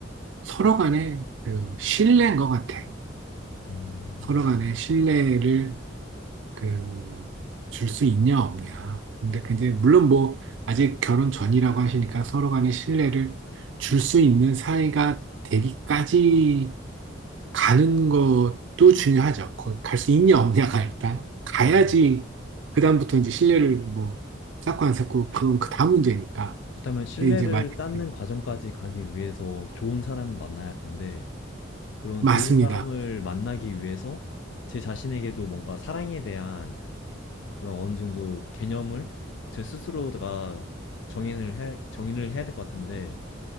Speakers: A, on the right (about 70°); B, on the left (about 70°).
A: 서로 간의 그 신뢰인 것 같아요.
B: 음.
A: 서로 간의 신뢰를 그 줄 수 있냐 없냐. 근데 근데 물론 뭐 아직 결혼 전이라고 하시니까 서로 간의 신뢰를 줄 수 있는 사이가 되기까지 가는 것도 중요하죠. 갈 수 있냐 없냐가 일단 가야지
B: 맞아요.
A: 그다음부터 이제 신뢰를 뭐 쌓고 안 쌓고 그건 그 다음 문제니까.
B: 그렇다면 신뢰를
A: 근데 이제 말,
B: 쌓는
A: 네,
B: 과정까지 가기 위해서 좋은 사람을 만나야 할 텐데 그런
A: 맞습니다.
B: 좋은 사람을 만나기 위해서 제 자신에게도 뭔가 사랑에 대한 그런 어느 정도 개념을 제 스스로가 정인을 해 정의를 해야 될 것 같은데